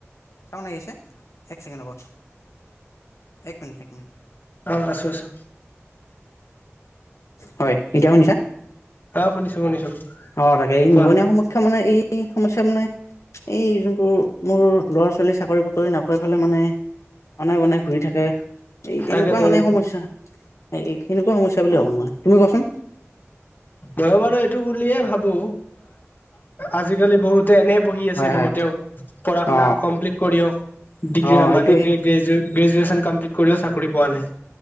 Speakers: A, on the left; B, on the left.
A: চাওনি আছে এক ছেকেণ্ডৰ পৰা এক মিনিট এক মিনিট
B: অ', আছো আছো
A: হয় এতিয়া শুনিছা
B: অ শুনিছো শুনিছো
A: অ তাকে এই
B: কোৱা
A: নিবনুৱা সমসক্ষা মানে এই কি সম চাম ন এই যোনটো মোৰ ল'ৰা ছোৱালী চাকৰি বাকৰি নাপাই ফেলে মানে অনেক অনেক ঘূৰি থাকে এই তেনেকুৱা
B: তাকেতো
A: মানে সমস্যা সেনেকুৱা সমস্যা বুলি ভব মই তুমি কচোন
B: গবাৰ টো বুলে ভাবো আজালি বহুত এনেই বহি আছে
A: হয়
B: বহুতেও
A: হয়
B: পঢ়া শুনা
A: অ
B: কমপ্লিট কৰিক ডিগ্ৰী
A: অ সেইটোৱেই
B: মানে গ্ৰেজুৱেট গ্ৰেজুৱে্চন কমপ্লিট কৰিও চাকৰি পোৱা নাই